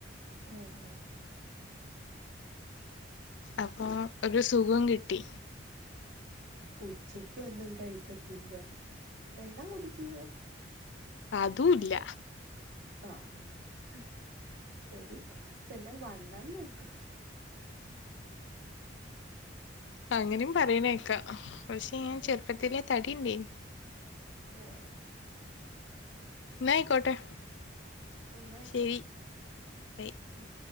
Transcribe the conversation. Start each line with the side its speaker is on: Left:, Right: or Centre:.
Right: ആഹ് ആഹ്
Left: അപ്പൊ ഒരു സുഖം കിട്ടി.
Right: ഉച്ചയ്ക്കൊന്നും കഴിക്കത്തില്ല വെള്ളം കുടിക്ക്യോ
Left: അതുല്ല
Right: ആഹ് എടി പിന്നെ വണ്ണം വെക്കും.
Left: അങ്ങനിം പറീണെക്കാ പക്ഷെ ഞാൻ
Right: ഉം
Left: ചെറ്പ്പത്തിലേ തടിണ്ടേനി
Right: ഏഹ്
Left: എന്നാ ആയിക്കോട്ടെ
Right: എന്നാ അയ്ക്കോട്ടെ
Left: ശരി ബൈ
Right: ഉം